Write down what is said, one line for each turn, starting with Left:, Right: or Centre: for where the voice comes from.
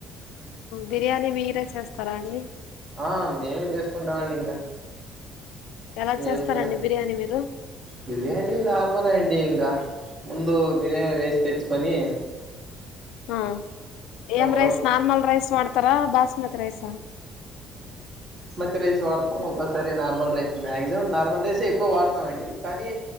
Left: బిర్యానీ మీరే చేస్తారా అండి
Right: ఆ మేమే చేసుకుంటామండి ఇంకా
Left: ఎలా
Right: నేను
Left: చేస్తారండి
Right: నా
Left: బిర్యానీ మీరు
Right: బిర్యానీ నార్మల్ ఎ అండి ఇంకా ముందు బిర్యానీ రైస్ తెచ్చుకోని
Left: ఆ ఏం రైస్
Right: ఉడక
Left: నార్మల్ రైస్ వాడతారా బాస్మతి రైసా ఆ
Right: తి రైసా వాడతాం ఒకసారి normal rice maximum normal rice ఎ ఎక్కువ వాడతామండి కానీ